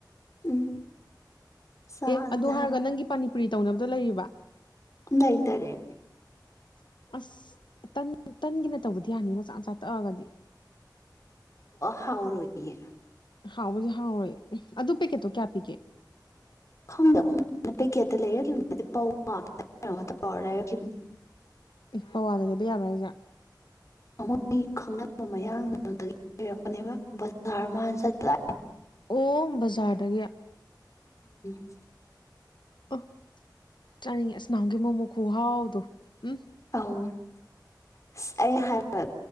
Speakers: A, on the left; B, on the left.
A: ꯎꯝ ꯆꯥꯁꯦ
B: ꯑꯦ ꯑꯗꯨ
A: ꯍꯥꯏꯕ
B: ꯍꯥꯏꯔꯒ ꯅꯪꯒꯤ ꯄꯥꯅꯤꯄꯨꯔꯤ ꯇꯧꯅꯕꯗꯣ ꯂꯩꯔꯤꯕ
A: ꯂꯩꯇꯔꯦ
B: ꯑꯁ ꯇꯟ ꯇꯟꯒꯤꯅ ꯇꯧꯕꯗꯤ ꯌꯥꯅꯤ ꯃꯆꯥ ꯃꯆꯥ ꯇꯛꯑꯒꯗꯤ
A: ꯍꯥꯎꯔꯣꯏꯌꯦ
B: ꯍꯥꯎꯕꯨꯗꯤ ꯍꯥꯎ ꯔꯣꯏ ꯑꯗꯨ ꯄꯦꯛꯀꯦꯠꯇꯣ ꯀꯌꯥ ꯄꯤꯒꯦ
A: ꯈꯪꯗꯦ ꯑꯩꯈꯣꯏꯅ ꯄꯦꯀꯦꯠꯇ ꯂꯩꯔꯛꯈꯤꯔ ꯅꯠꯇꯦ ꯄꯋꯥ ꯗꯔ ꯀꯩꯄꯣ ꯂꯩꯔꯛꯈꯤꯕꯅꯦ
B: ꯑꯦ ꯄꯋꯥꯗ ꯂꯩꯕ ꯌꯥꯕ꯭ꯔꯥ ꯍꯥꯏꯁꯦ
A: ꯃꯣꯏꯒꯤ ꯈꯪꯅꯕ ꯃꯌꯥꯝ ꯑꯗꯨꯗꯒꯤ ꯂꯩꯔꯛꯄꯅꯦꯕ ꯕꯖꯥꯔ ꯆꯠꯄ
B: ꯑꯣ ꯕꯖꯥꯔꯗꯒꯤ
A: <inaudible>
B: ꯑꯣ ꯆꯥꯅꯤꯡꯉꯦ ꯑꯁ ꯅꯅꯥꯟꯃꯨꯛꯒꯤ ꯃꯣꯃꯣ ꯈꯨꯨꯍꯥꯎꯗꯣ ꯎꯝ
A: ꯑꯧ ꯑꯁ ꯑꯩ ꯍꯥꯏꯕ